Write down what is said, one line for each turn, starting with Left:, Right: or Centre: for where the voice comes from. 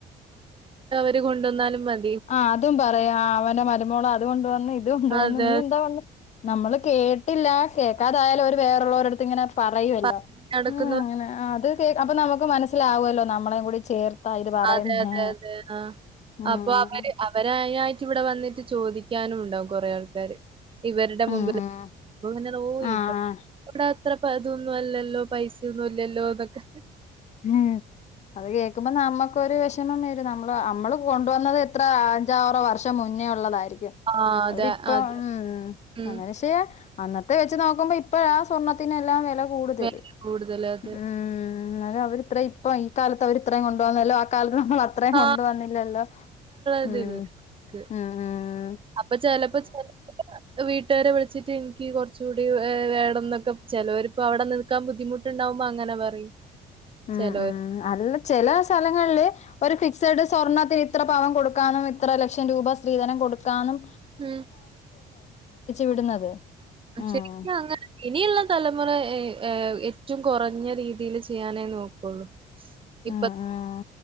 Right: എന്ത്കൊണ്ടുവന്നാലും മനസി-
Left: ആ അതും പറയും അവന് മര മോള് അതുകൊണ്ടു വാ- ഇതുകൊണ്ടുവന്ന്
Right: അതെ
Left: നീ എന്താ വന്നേ നമ്മള് കേട്ട് ഇല്ല കേൾക്കാതായാലും അവര് വേറുള്ളള്ളര്ടുത്ത് ഇങ്ങനെ പറയുമല്ലോ
Right: പറഞ്ഞ് നടക്കുന്നു
Left: മ്മ് അത് അപ്പോ നമുക്ക് മനസിലാവല്ലോ നമ്മളേ കൂടി ചേർത്താ ഇത് പറയുന്നേ
Right: അതെ അതെ അതെ ആ
Left: മ്മ്
Right: അപ്പൊ അവര് അവരാ യായിട്ട് ഇവിടെ വന്നിട്ട് ചോദിക്കാനും ഉണ്ടാവും കൊറെേ ആൾക്കാര് ഇവരുടെ
Left: ഉം
Right: മുമ്പിൽന
Left: ഉം
Right: <unintelligible>
Left: ആഹ്
Right: അത്ര ഇതൊന്നും അല്ലല്ലോ പൈസയൊന്നും ഇല്ലല്ലോ അതൊക്കെ
Left: മ്മ് അത് കേൾക്കുമ്പോ നമ്മുക്കൊരു വിഷമം വരും നമ്മ അമ്മള് കൊണ്ടുവന്നത് എത്ര അഞ്ചോ ആറോ വർഷം മുന്നേ ഉള്ളതായി രിക്കും
Right: ആ അതെ
Left: അവരിപ്പ
Right: അതെ
Left: മ്മ്
Right: ഉം
Left: അങ്ങനച്ച്യ അന്നത്തെ വെച്ച് നോക്കുമ്പോ ഇപ്പഴ സ്വർണത്തിനെല്ലാം വില കൂടുതൽ
Right: വില കൂടുതല് അത്
Left: മ്മ് മ്മ് അത് രുത്ര അപ്പ ഈ കാലത്ത് അവരിത്രയും കൊണ്ടു വന്നല്ലോ നമ്മൾ അത്രയും
Right: ആ
Left: കൊണ്ടുവന്നില്ലല്ലോ
Right: ഇതില്ല
Left: മ്മ് മ്മ് മ്മ്
Right: അപ്പൊ ചിലപ്പോ ചില വീട്ടുകാരെ വിളിച്ചിട്ട് എനിക്ക് കുറച്ച് കൂടി വേണന്നൊക്കെ ചിലവരിപ്പോ അവിടെ നിൽക്കാൻ ബുദ്ധിമുട്ട്ണ്ടാവുമ്പോ അങ്ങനെ പറയും
Left: മ്മ്
Right: ചെലോര്
Left: മ്മ് അല്ല ചില സ്ഥലങ്ങളില് ഒരു ഫിക്സഡ് സ്വർണ്ണത്തിന് ഇത്ര പവൻ കൊടുക്കാന്നും ഇത്ര ലക്ഷം രൂപ സ്ത്രീധനം കൊടുക്കാന്നും
Right: മ്മ്
Left: വിടുന്നത് ഉം
Right: ശരിക്കും അങ്ങനെ ഇനിയുള്ള തലമുറ ഏറ്റം കുറഞ്ഞ രീതിയിൽ ചെയ്യാനേ നോക്കുള്ളൂ ഇപ്പൊ
Left: മ്മ് മ്മ്